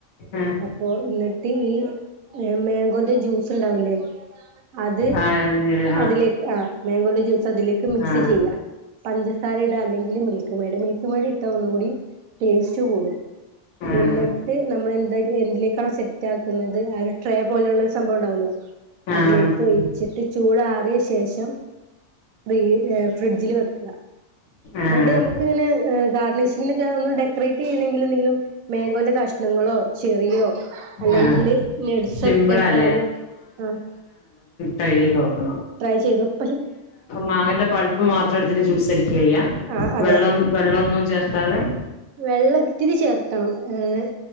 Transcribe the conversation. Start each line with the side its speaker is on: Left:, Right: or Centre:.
Left: ആഹ്
Right: അപ്പൊ എന്നിട്ട് ഈ മാേങ്കോന്റെ ജ്യൂസ് ഇണ്ടാവിലേ അത്
Left: ആഹ് എളനീര്
Right: അതിലേക്ക് ആഹ് മാേങ്കോന്റെ ജ്യൂസ് അതിലേക്ക് മിക്സ്
Left: ആഹ്
Right: ചെയ്യ. പഞ്ചസാരട അല്ലെങ്കിൽ മിൽക്ക് മെയഡ് മിൽക്ക് മെയഡ് ഇട്ട ഒന്നുകൂടി ടേസ്റ്റ് കൂടും.
Left: ആഹ്
Right: ന്നട്ട് നമ്മൾെന്താ എന്തിലേക്കാണ് സെ റ്റക്കുന്നത് ആഹ് ഒരു ട്രേ പോലുള്ള സംഭവം ഉണ്ടാവല്ലോ
Left: ആഹ്
Right: അതിലേക്ക്
Left: മനസ്സിലായി
Right: ഒഴിച്ചിട്ട് ചൂടാറിയ ശേഷം ദീ ഹെ ഫ്രിഡ്ജിൽ വെക്ക
Left: ആഹ്
Right: ന്നിട്ട് നമക്ക് ഇങ്ങനെ ഗാർഡണഷിങ്ങിനക്കെ ഒന്ന് ഡെക്കറേറ്റ് ചെയ്യണെ ന്നെങ്കിലും മേഗോന്റെ കഷ കഷ്ണങ്ങളോ ചെറിയോ അല്ലെങ്കില്
Left: ആഹ്
Right: നെഡസൊക്കെ
Left: സിമ്പിളാല്ലേ
Right: ഇട്ടാല് ആഹ്..
Left: കൈ തോക്കണം
Right: ട്രൈ ചെയ്തു പക്ഷെ
Left: മാങ്ങന്റെ പൾപ്പ് മാത്രം എടുത്തിട്ട് ജ്യൂസടിക്കഴിയ്യ
Right: ആ അതെ
Left: വെള്ളന്നു വെള്ളൊന്നും ചേർത്താതെ
Right: വെള്ളം ഇത്തിരി ചേർക്കണം ങ്